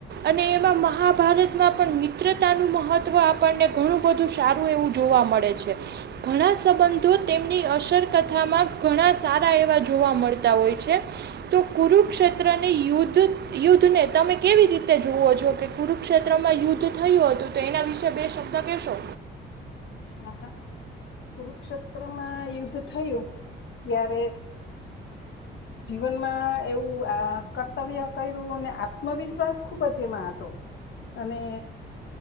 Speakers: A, on the right; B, on the left.
A: અને એમાં મહાભારત માં પણ મિત્રતાનું મહત્વ આપણને ઘણું બધું સારું એવું જોવા મળે છે. ઘણા સંબંધો તેમની અસરકથામાં ઘણા સારા એવા જોવા મળતા ઓય છે. તો કુરુક્ષેત્રને યુદ્ધ યુદ્ધને તમે કેવી રીતે જોવો છો? કે કુરુક્ષેત્ર ત્રમાં યુદ્ધ થયું હતું તો એના વિશે બે શબ્દ કેશો.
B: હા હા કુરુક્ષેત્રમાં યુદ્ધ થયું ત્યારે જીવનમાં એવુંઆ કર્તવ્ય કયરુ ને આત્મવિશ્વાસ ખુબ જ એમાં હતો. અને